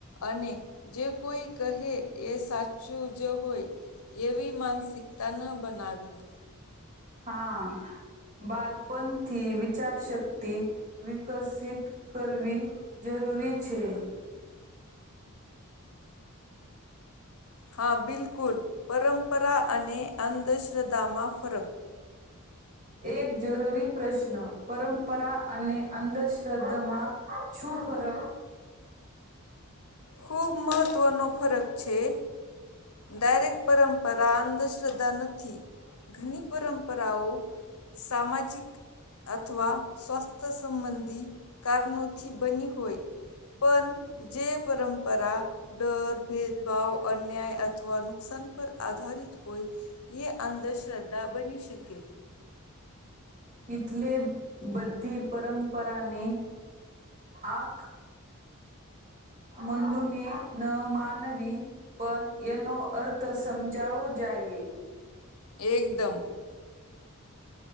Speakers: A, on the left; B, on the right.
A: અને જે કોઈ કહે એ સાચું જો હોય એવી માનસિકતા ન બનાવી
B: હા બાલપંથી વિચાર શક્તિ વિકસિત કરવી જરૂરી છે
A: હા બિલકુલ પરંપરા અને અંધશ્રદ્ધામાં ફરક
B: એક જરૂરી પ્રશ્ન પરંપરા અને અંધશ્રદ્ધામાં શું ફરક
A: ખૂબ મહત્ત્વનો ફરક છે ડાયરેક્ટ પરંપરા અંધશ્રદ્ધા નથી ઘની પરંપરાઓ સામાજિક અથવા સ્વાસ્થ્ય સંબંધી કારણોથી બની હોય પણ જે પરંપરા ડર ભેદભાવ અન્યાય અથવા નુકસાન પર આધારિત હોય એ અંધશ્રદ્ધા બની શકે
B: ઈથલે બધી પરંપરાને આખ મંદુને ન માનવી પન એનો અર્થ સમજાવો જાઈએ.
A: એકદમ.